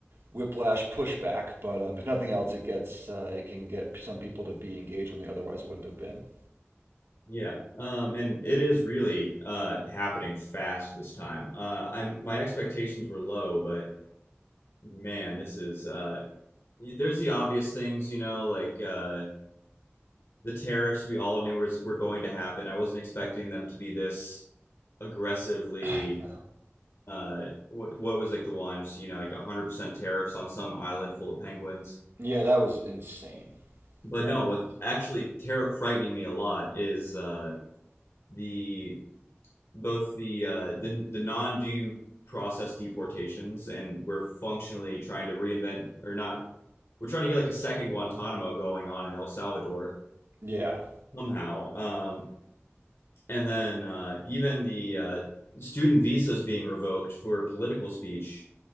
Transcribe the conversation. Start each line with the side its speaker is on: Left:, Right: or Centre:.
Right: whiplash pushback. But um, if nothing else, it gets uh, it can get some people to be engaged when they otherwise wouldn't have been.
Left: Yeah, um, and it is really uh, happening fast this time. Uh, I'm my expectations were low, but man, this is uh, There's the obvious things, you know, like uh, the tariffs we all knew was, were going to happen. I wasn't expecting them to be this aggressively.
Right: <sighs> I know.
Left: Uh, what what was like the ones, you know, like 100% tariffs on some island full of penguins.
Right: Yeah, that was insane.
Left: But
Right: That
Left: no,
Right: was
Left: what's
Right: insane.
Left: actually tariff frightening me a lot is uh, the both the uh, the the non-due process deportations, and we're functionally trying to reinvent or not. We're trying to get like a second Guantanamo going on in El Salvador
Right: Yeah.
Left: somehow. Um, And then uh, even the uh, student visas being revoked for political speech,